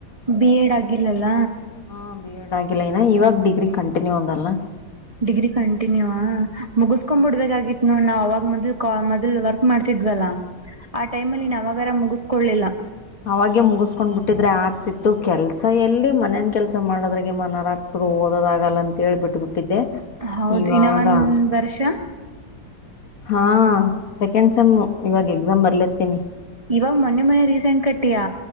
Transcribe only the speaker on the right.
ಬಿ ಎಡ್ ಆಗಿಲ್ಲಲ್ಲ
ಡಿಗ್ರಿ ಕಂಟಿನ್ಯೂ ಮುಗಿಸಸ್ಕೊ್ ಬಿಡ್ಬೇಕಾಗಿತ್ತು ನೋಡ್ ನಾ ಅವವಾಗ ಮೊದಲ್ ಕ ಮೊದ್ಲ್ ವರ್ಕ್ ಮಾಡ್ತಿದ್ವಲ್ಲಾ
ಆ ಟೈಮ್ ಅಲ್ಲಿ ನಾವಾಗಾರ ಮುಗಿಸ್ಕೊೊಳ್ಳಲಿಲ್ಲ
ಹೌದು
ಇನ್ನ ಒಂದ್ ವರ್ಷ
ಇವಾಗ ಮೊನ್ನೆ ಮೊನೆೆ ರೀಸೆಂಟ್ ಕಟ್ಟಿಯಾ